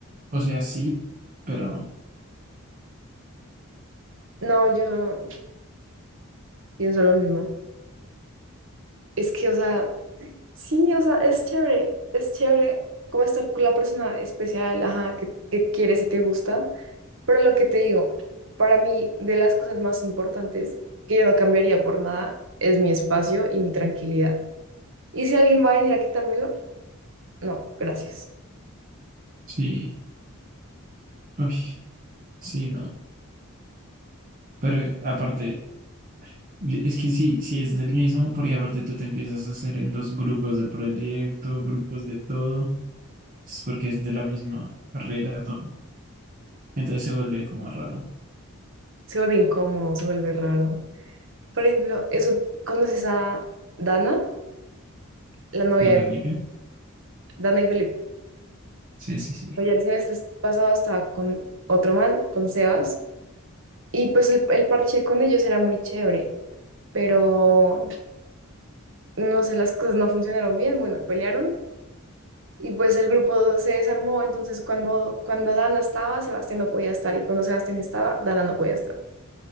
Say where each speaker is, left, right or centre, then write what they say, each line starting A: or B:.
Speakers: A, on the right (about 40°); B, on the right (about 60°).
A: O sea, sí, pero no.
B: no, yo pienso lo mismo. Es que, o sea, sí, o sea, es chévere, es chévere como estar con la persona especial, ajá, que, que quieres y te gusta. Pero lo que te digo, para mí, de las cosas más importantes que yo no cambiaría por nada es mi espacio y mi tranquilidad. Y si alguien va a venir a quitármelo, no, gracias.
A: Sí. Uy, sí, no. Pero eh, aparte, le- es que sí, sí es del mismo, porque aparte tú te empiezas a hacer en dos grupos del proyecto, grupos de todo, es porque es de la misma carrera, todo. Entonces se vuelve como raro.
B: se vuelve incómodo, se vuelve raro. Por ejemplo, eso, ¿conoces a Dana? La novia
A: ¿Y Felipe?
B: de Dana y Felipe.
A: Sí, sí, sí.
B: Oye, el semestre pasado estaba con otro man, con Sebas, y pues el, el parche con ellos era muy chévere, pero no sé, las cosas no funcionaron bien, bueno, pelearon. Y pues el grupo se desarmó, entonces cuando, cuando Dana estaba, Sebastián no podía estar, y cuando Sebastián estaba, Dana no podía estar.